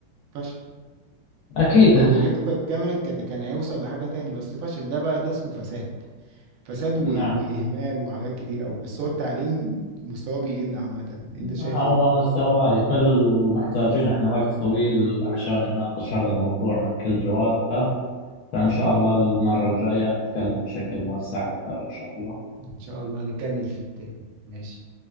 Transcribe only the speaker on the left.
أكيد
نعم
هو
مستواه يقل ومحتاجين احنا وقت طويل عشان نناقش هذا الموضوع من كل جوانبه فإن شاء الله المرة الجاية نتكلم بشكل موسع أكثر إن شاء الله